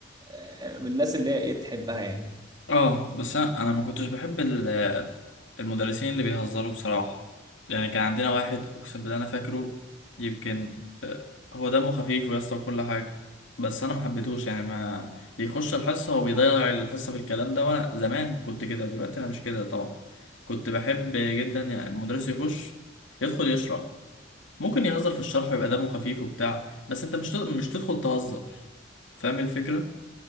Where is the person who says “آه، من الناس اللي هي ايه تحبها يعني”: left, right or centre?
Right